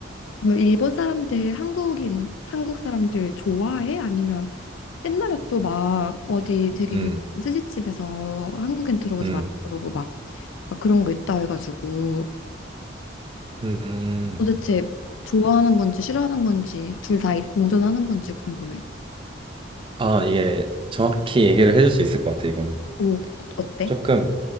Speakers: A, on the left (about 85°); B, on the right (about 25°).
A: 그럼 일본 사람들 한국인 한국 사람들 좋아해? 아니면 옛날에 또 막 어디 되게
B: 음.
A: 유명한 스시집에서 한국인 들어오지
B: 음,
A: 말라고 그러고 막, 막 그런 거 있다 해가지고
B: 음,
A: 도대체 좋아하는 건지 싫어하는 건지 둘 다 공존하는 건지 궁금해.
B: 아, 이게 정확히 얘기를 해줄 수 있을 것 같아, 이거는.
A: 오, 어- 어때?
B: 조금